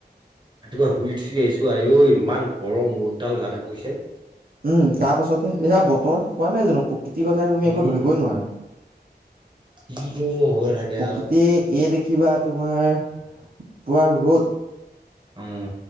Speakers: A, on the right (about 25°); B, on the right (about 60°).
A: ৰাতিপুৱা শুই উঠিয়েই আহিছো আ'ঐ! ইমান গৰম ৰ'দডাল গাতে পৰিছে।
B: উম, তাৰ পাছতে সেয়া বতৰ কোৱা নাই জানো। প্ৰকৃতিৰ কথা তুমি
A: উম
B: একো ধৰিবই নোৱাৰা।
A: কিনো হৈ থাকে
B: প্ৰকৃতিয়ে
A: আৰু
B: এই কিবা তোমাৰ পুৰা ৰ'দ
A: উম